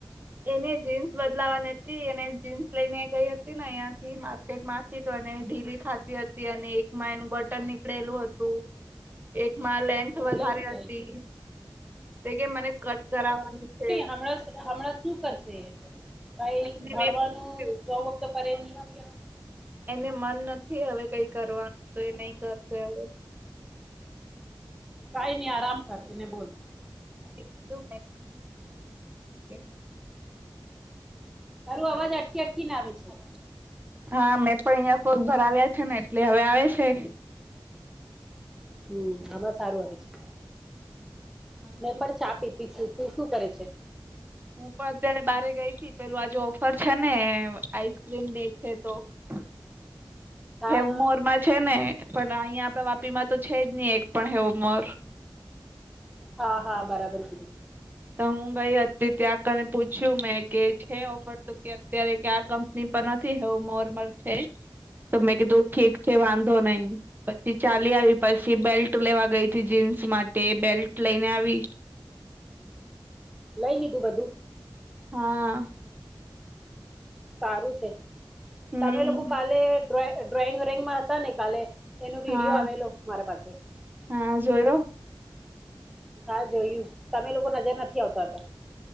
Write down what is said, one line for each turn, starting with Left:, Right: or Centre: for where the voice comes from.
Right: એને જીન્સ બદલાવાની હતી. એને જીન્સ લઈ ને ગઈ હતી, ને અં. માર્કેટમાંથી તો ઢીલી થતી હતી. અને એક એનું બટન નીકળેલું હતું. એકમાં લેન્થ
Centre: ઓ
Right: વધારે
Centre: એવું કે
Right: હતી. તે, કે મને કટ કરવાની છે.
Centre: હમણા જ, હમણા જ શું કરશે? કઈ
Right: એને
Centre: ભણવાનું
Right: મેં પૂછ્યું
Centre: જોબ વખત કરે નહી.
Right: એને મન નથી હવે, કઈ કરવાનું તો એ નહી કરશે હવે.
Centre: કઈ નઈ. આરામ કર એને બોલ.
Right: <inaudible> એ.
Centre: હલો. આવાજ અટકી, અટકીને આવેે છે.
Right: હા, મેં પણ અહિયાં ફોગ ભરાવ્યા છે, ને એટલે હવે આવે છે.
Centre: હમ. હમણાં સારું આવે છે.
Right: હા
Centre: મેં
Right: શું
Centre: પણ ચા
Right: કરે?
Centre: પીતી છું. તું શું કરે છે?
Right: હું પણ અત્યારે બારે ગઈતી. પેલું આજ ઓફર છે, ને આઈસક્રીમ ડે છે તો.. <inaudible>
Centre: હા
Right: હેવમોરમાં
Centre: હા
Right: છે, ને પણ અહીયા તો વાપીમાં તો છે જ નહી એક પણ હેવમોર.
Centre: હા હા, બરાબર કીધું.
Right: તો હું ભાઈ અ હતી ત્યાં કને પૂછ્યું મેં, કે છે ઓફર તો, કે અત્યારે ક ની પનોતી હેવમોર પર છે. તો મેં કીધું ઠીક છે, વાંધો નહી. પછી ચાલી આવી, પછી બેલ્ટ લેવા ગઈ હતી. જીન્સ માટે બેલ્ટ લઈને આવી.
Centre: લઈ લીધું બધું?
Right: હા.
Centre: સારું છે.
Right: હમ
Centre: તમે લોકો કાલે ડ્રોઈંગ રૂમમાં હતા, ને કાલે. એનું
Right: હા
Centre: વિડીયો આવેલો, મારા પાસે
Right: હા, જોયો.
Centre: હા, જોયું. તમે લોકો નજર નથી આવતા હતા.